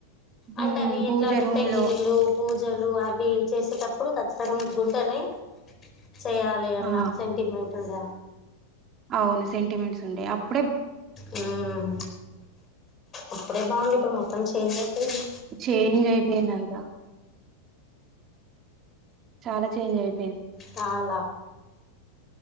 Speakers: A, on the left; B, on the right.
A: అంటే
B: ఉమ్
A: అవి
B: పూజ
A: ఎట్లా అంటే
B: రూమ్
A: పెళ్ళిళ్ళు
B: లో
A: పూజలు అవి చేసేటప్పుడు ఖచ్చి తను గుంటనే చేయాలి అన్న
B: ఆ
A: సెంటిమెంట్ ఉండా
B: అవును సెంటిమెంట్స్ ఉండే అప్
A: మ్మ్ అప్పుడే బాగుంది ఇప్పుడు మొత్తం చేంజ్ అయిపోయింది
B: చేంజ్ అయిపోయిందంత చాలా చేంజ్ అయి
A: చాలా